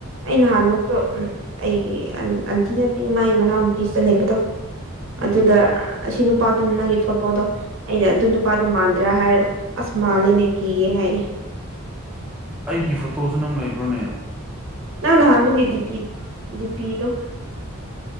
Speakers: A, on the right; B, in the centre.
A: ꯑꯩ ꯅꯍꯥꯟꯃꯨꯛꯇꯣ ꯎꯝ ꯑꯩꯒꯤ ꯑꯟ ꯑꯟꯇꯤ ꯅꯠꯇꯦ ꯃꯥꯏ ꯃꯅꯥꯎꯅꯨꯨꯄꯤꯁꯤꯗ ꯂꯩꯕꯗꯣ
B: ꯎꯝ
A: ꯑꯗꯨꯗ ꯑꯁꯤꯅ ꯑꯗꯨ ꯅꯪꯒꯤ ꯐꯣꯇꯣꯗꯣ ꯑꯩꯅ ꯑꯗꯨ ꯅꯨꯄꯥꯗꯣ ꯃꯥꯟꯗ꯭ꯔꯥ ꯍꯥꯏꯔꯒ ꯑꯁ ꯃꯥꯟꯂꯦꯅꯦ ꯀꯤꯌꯦ ꯍꯥꯏꯌꯦ
B: ꯑꯩꯒꯤ ꯐꯣꯇꯣꯁꯨ ꯅꯪ ꯂꯩꯕ꯭ꯔꯣꯅꯦ
A: ꯅꯪ ꯅꯍꯥꯟꯃꯨꯛꯀꯤ ꯗꯤꯄꯤ ꯗꯤꯄꯤꯗꯣ